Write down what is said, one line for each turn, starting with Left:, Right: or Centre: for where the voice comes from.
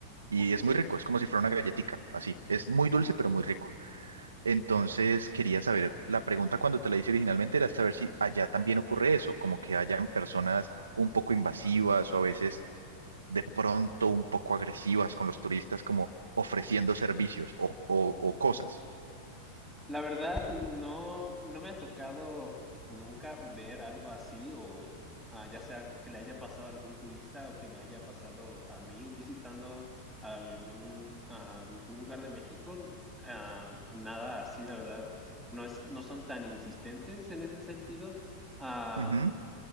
Right: y
Centre: ok.
Right: es muy rico, es como si fuera una galletica, así, es muy dulce, pero muy rico. Entonces quería saber, la pregunta cuando te la hice originalmente era saber si allá también ocurre eso, como que hayan personas un poco invasivas o a veces de pronto un poco agresivas con los turistas, como ofreciendo servicios o, o- o cosas.
Centre: La verdad, no, no me ha tocado nunca ver algo así o ah, ya sea que le haya pasado a algún turista o que me haya pasado a mí visitando algún, algún lugar de México. ah, nada así, la verdad, no es, no son tan insistentes en ese sentido. Ah,
Right: Ujú, ujú.